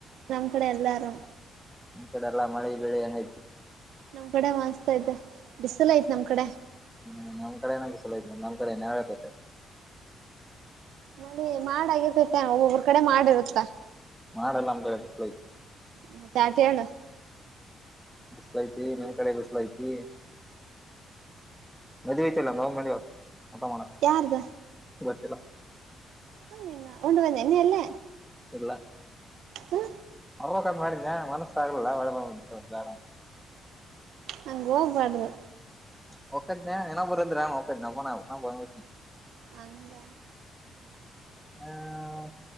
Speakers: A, on the right; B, in the centre.
A: ನಮ್ಮ್ ಕಡೆ ಎಲ್ಲಾ ಅರಾಮ್.
B: ನಿಮ್ ಕಡೆ ಎಲ್ಲ ಮಳೆ ಬೆಳೆ ಹೆಂಗೈತಿ.
A: ನಮ್ ಕಡೆ ಮಸ್ತ್ ಐತೆ ಬಿಸಲೈತ್ ನಮ್ ಕಡೆ.
B: ಹ್ಮ್ ನಮ್ಮ್ ಕಡೆನ ಬಿಸಿಲೈತೆ ನಮ್ಮ್ ಕಡೆ ಏನ್ ನೆರಳಾಯ್ತೈತೇನ್.
A: ನೋಡಿ ಮಾಡ ಆಗಿರ್ತೈತ ಒಬ್ಬೊಬ್ರ ಕಡೆ ಮಾಡಿರುತ್ತಾ
B: ಮಾಡಲ ನಂ ಕಡೆ ಬಿಸ್ಲೈತ್.
A: ಮತ್ತೆ ಆಟೇಳು
B: ಬಿಸಲೈತಿ ನಿಮ್ ಕಡೆ ಬಿಸ್ಲೈತಿ. ಮೆದು ಐತಲ್ಲ <unintelligible> ಊಟ ಮಾಡು
A: ಯಾರ್ದ
B: ಗೊತ್ತಿಲ್ಲ
A: ಥು ನಿನ್ನ ಉಂದ್ರ ನಿನ್ನೆ ಅಲ್ಲೇ
B: ಇಲ್ಲ
A: ಹ್ಮ
B: ಅವ್ಲ ಕಮ್ಮ ಮಾಡಿದ್ನ ಮನಸ್ಸು ಆಗಲಿಲ್ಲ ಒಳದ <unintelligible> ಬ್ಯಾಡ
A: ಹಂಗ್ ಹೋಗ್ಬಾದ್ರೂ
B: ಹೋಗ್ತಿದ್ನ ಇನ್ನೊಬ್ಬ್ ಇರಂದ್ರ ನಾನು ಹೋಗ್ತಿದ್ನ ಒಬ್ಬನೇ <unintelligible>
A: ಹಂಗ
B: ಹ್ಮ್